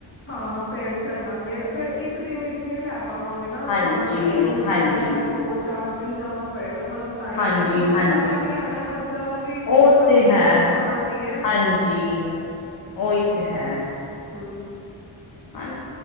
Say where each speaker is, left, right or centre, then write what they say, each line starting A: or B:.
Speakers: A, on the left; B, on the left.
A: ਹਾਂ ਫੇਰ ਚੱਲਾਂਗੇ ਫੇਰ ਇੱਕ ਦਿਨ ਵਿਚ ਨਹੀਂ ਲੈ ਪਾਵਾਂਗੇ ਨਾ
B: ਹਾਂਜੀ-ਹਾਂਜੀ,
A: ਜਾਣਾ ਪਏਗਾ ਮੈਨੂੰ ਤੇ ਲੱਗਦਾ ਦੋ ਚਾਰ ਦਿਨ ਜਾਣਾ ਪਏਗਾ ਸਾਨੂੰ ਤਾਈ
B: ਹਾਂਜੀ-ਹਾਂਜੀ
A: ਕਿਉਂਕਿ ਬੱਚਿਆਂ ਦਾ ਵੀ ਲੈਣਾ ਬੱਚਿਆਂ ਦਾ ਵੀ
B: ਉਹ
A: ਸਭ
B: ਤੇ ਹੈ
A: ਚੀਜ਼ਾਂ ਆਣੀ ਹੈ
B: ਹਾਂਜੀ ਉਹੀ ਤੇ ਹੈ
A: ਹਮ
B: ਹਾਂ